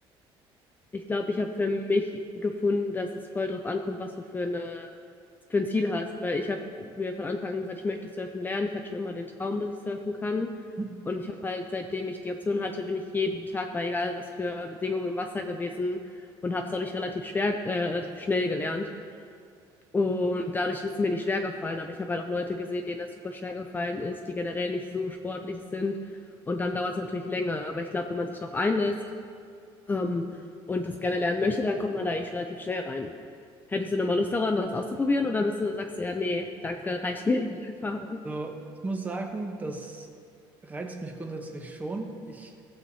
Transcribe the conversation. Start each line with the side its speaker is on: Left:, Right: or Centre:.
Left: Ich glaube, ich habe für mich gefunden, dass es voll drauf ankommt, was du für eine, für ein Ziel hast. Weil ich habe mir von Anfang an gesagt, ich möchte surfen lernen. Ich hatte schon immer den Traum, dass ich surfen kann.
Right: Hm?
Left: Und ich habe halt, seitdem ich die Option hatte, bin ich jeden Tag bei egal was für Bedingungen im Wasser gewesen und habe es dadurch relativ schwer, äh, relativ schnell gelernt. Und dadurch ist es mir nicht schwer gefallen. Aber ich habe halt auch Leute gesehen, denen das super schwer gefallen ist, die generell nicht so sportlich sind. Und dann dauert es natürlich länger. Aber ich glaube, wenn man sich darauf einlässt ähm, und das gerne lernen möchte, dann kommt man da eigentlich relativ schnell rein. Hättest du nochmal Lust daran, das auszuprobieren? Oder bist du, sagst du ja, nee, danke, reicht mir die Erfahrung?
Right: So, ich muss sagen, das reizt mich grundsätzlich schon. Ich